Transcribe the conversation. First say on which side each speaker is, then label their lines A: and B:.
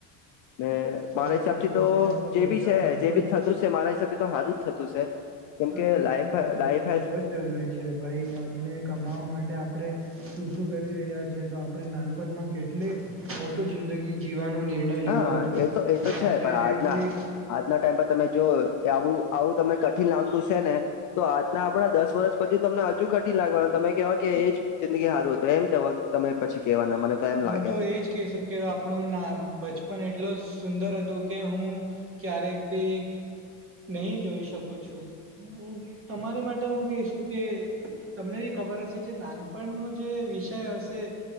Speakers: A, on the left; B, on the right.
A: ને
B: બરોબર
A: મારા હિસાબ થી
B: આજની
A: તો
B: ટાઈમ પર રોજગાર
A: જે ભી છે,
B: ખૂબ
A: જે બી
B: જ
A: થતું છે મારા હીસાબ થી તો હારું જ થતું છે. કેમકે
B: અજ ટાઈમ
A: લાઈફ
B: રોજગાર
A: લાઈફ
B: ખુબ
A: હેઝ
B: જ જરૂરી છે. છે ભાઈ આજને કમાવા માટે આપણે શું શું કરી રહ્યા છે તો આપણે નાનપણમાં કેટ લી મોટું જિંદગી જીવવાનો નિર્ણય લીધો
A: હા
B: હતું
A: એ તો
B: પણ
A: એ તો
B: આજે
A: છે આજના
B: એટલી
A: આજના ટાઈમ પર તમે જો આવું આવું તમને કઠિન લાગતું છે ને તો આજના આપણા દસ વર્ષ પછી તમને હજુ કઠિન લાગવાના તમે કેહેવાય કે એજ જિંદગી સારું હૂત એમ કે તમે પછી કેહેવાના મને એમ
B: હું
A: લાગે
B: તો એજ કેશુ કે આપણો ના બચપન એટલો સુંદર હતું કે હું ક્યારેક ભી નહી જોઈ શકું છું તમારી માટે હું કેશું કે તમને બી ખબર હશે જે નાનપણ નો જે વિષય હશે